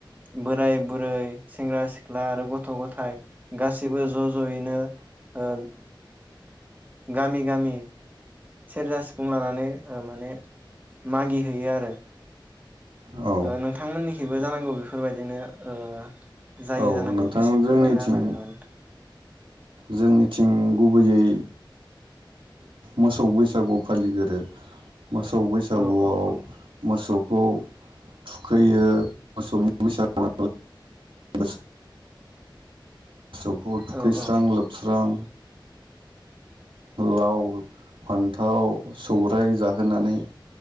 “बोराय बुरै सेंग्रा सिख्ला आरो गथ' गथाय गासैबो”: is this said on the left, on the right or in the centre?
Right